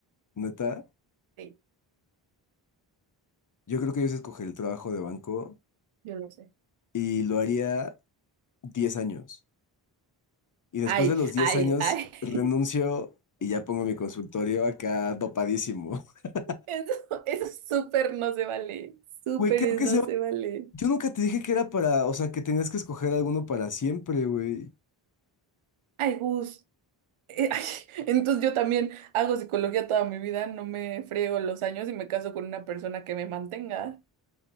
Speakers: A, on the left (about 40°); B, on the right (about 85°).
A: neta.
B: Sí,
A: Yo creo que yo sí escogería el trabajo de banco
B: yo lo sé.
A: y lo haría 10 años. Y después
B: Ay,
A: de los 10
B: ay,
A: años
B: ay.
A: renuncio
B: <laughs>
A: y ya pongo mi consultorio acá dopadísimo. <laughs>
B: Eso, eso súper no se vale. Súper
A: Güey, creo que
B: no
A: se...
B: se vale.
A: Yo nunca te dije que era para, o sea, que tenías que escoger alguno para siempre, güey.
B: Ay, Gus. eh, ay, <laughs> entonces yo también hago psicología toda mi vida, no me friego los años y me caso con una persona que me mantenga.